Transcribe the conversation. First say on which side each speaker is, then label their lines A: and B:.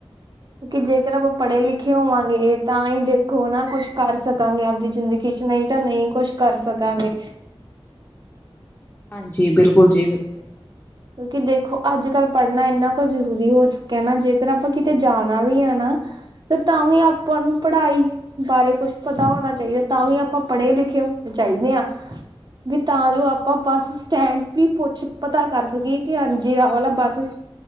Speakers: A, on the right; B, on the left.
A: ਕਿਉਕਿ ਜੇਕਰ ਆਪਾਂ ਪੜ੍ਹੇ ਲਿਖੇ ਹੋਵਾਂਗੇ ਤਾਂ ਹੀ ਦੇਖੋ ਨਾ ਕੁਛ ਕਰ ਸਕਾਂਗੇ ਆਪਦੀ ਜ਼ਿੰਦਗੀ। ਜਿੰਦਗੀ ਵਿੱਚ ਕੁਛ ਨਹੀਂ ਤਾਂ ਨਹੀਂ ਕੁਛ ਕਰ ਸਕਾਂਗੇ।
B: ਹਾਂਜੀ, ਬਿਲਕੁਲ ਜੀ, ਬਿਲਕੁਲ।
A: ਕਿਉਂਕਿ ਦੇਖੋ ਅੱਜ ਕੱਲ੍ਹ ਪੜ੍ਹਨਾ ਇੰਨਾ ਕੁ ਜ਼ਰੂਰੀ ਹੋ ਚੁੱਕਿਆ ਨਾ। ਜੇਕਰ ਆਪਾਂ ਕਿਤੇ ਜਾਣਾ ਵੀ ਆ ਨਾ। ਤੇ ਤਾਂ ਵੀ ਆਪਾਂ ਨੂੰ ਪੜ੍ਹਾਈ। ਬਾਰੇ ਕੁਛ ਪਤਾ ਹੋਣਾ ਚਾਹੀਦਾ ਤਾਂ ਵੀ ਆਪਾਂ ਪੜ੍ਹੇ ਲਿਖੇ ਹੋਣੇ ਚਾਹੀਦੇ ਹਾਂ। ਵੀ ਤਾਂ ਜੋ ਆਪਾਂ ਬੱਸ ਸਟੈਂਡ ਵੀ ਪੁੱਛ ਪਤਾ। ਕਰ ਸਕੀਏ ਕਿ ਹਾਂਜੀ ਆਹ ਵਾਲਾ ਬੱਸ